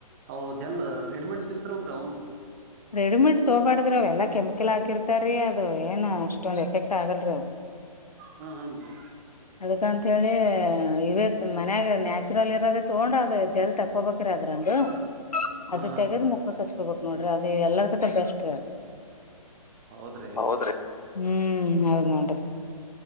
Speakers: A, on the right; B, on the left.
A: ಅ ಜಲ್ ರೆಡಿಮೇಡ್ ಸಿಕ್ತಿರ ಬೇಕರಿ ಅವನು.
B: ರೆಡಿಮೇಡ್ ತಗಬಾಡ್ದ್ರಿ ಅವೆಲ್ಲಾ ಕೆಮಿಕಲ್ ಹಾಕಿರ್ತಾರೀ ಅದು ಏನು ಅಷ್ಟೊಂದ ಎಫೆಕ್ಟ್ ಆಗಲ್ರಿ.
A: ಹಾ ಹನ್ರೀ.
B: ಅದಕಂತ ಹೇಳಿ ಇ ವೇ ಮನ್ಯಾಗ ನ್ಯಾಚುರಲ್ ಇರೋದ ತಗೊಂಡದ ಜಲ್ ತಕೊಬೇಕಿರ ಅದ್ರಂದು.
A: <unintelligible>
B: ಅದ
A: ಹಾನ್ರಿ.
B: ತೆಗೆದ್ ಮುಖಕ್ ಹಚ್ಕೋಬೇಕಕ್ ನೋಡ್ರಿ ಅದ ಎಲ್ಲರ ಕತೆ ಬೆಸ್ಟ್.
A: ಹೌದ್ರಿ
B: ಹೌದಿ ಹ್ಮ್ ಹ ನೋನ್್ರರಿ.